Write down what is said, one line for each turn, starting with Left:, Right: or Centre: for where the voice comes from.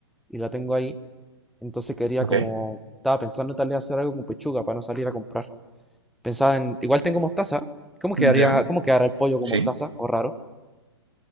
Centre: y la tengo ahí. Entonces quería
Right: Ok.
Centre: como, estaba pensando en tal vez hacer algo con pechuga para no salir a comprar. Pensaba en, igual tengo mostaza. ¿Cómo quedaría,
Right: Ya,
Centre: cómo quedará el pollo con
Right: sí.
Centre: mostaza? ¿O raro?